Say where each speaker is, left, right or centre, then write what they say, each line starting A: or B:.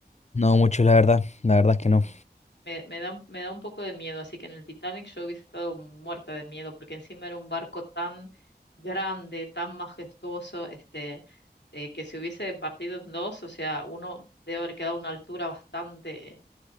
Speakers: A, on the left; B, on the left.
A: No mucho, la verdad. La verdad es que no.
B: No. Me, me da, me da un poco de miedo, así que en el Titanic yo hubiese estado muerta de miedo, porque encima era un barco tan grande, tan majestuoso, este, eh, que si hubiese partido en dos, o sea, uno debe haber quedado a una altura bastante,